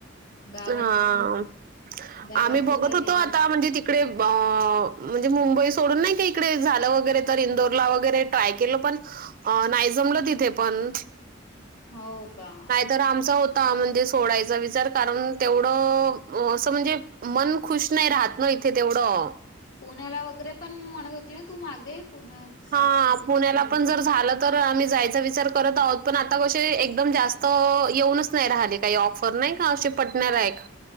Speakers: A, on the left; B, on the right.
A: गावातली
B: हा आम्ही
A: गावातली
B: बघत
A: काही
B: होतो
A: वेगळीच
B: आता, म्हणजे त इकडे ब म्हणजे मुंबई सोडून नाही का इकडे झालं वगैरे, तर इंदोरला वगैरे ट्राय केलं पण अ नाही जमलं तिथे पण.
A: हो का?
B: तर आमचा होता, म्हणजे सोडायचा विचार कारण तेवढं अ असं म्हणजे मन खुश नाही राहत ना इथे तेवढं.
A: पुण्याला वगैरे पण म्हणत होती ना तू मागे, पुण्यासाठी
B: हा
A: वगैरे पण
B: पुण्याला
A: बोलत होती.
B: जर झालं तर आम्ही जायचा विचार करत आहोत, पण आता कसे एकदम जास्त येऊनच नही राहिले काही ऑफ पण नाही का अशे पटन्या लायक.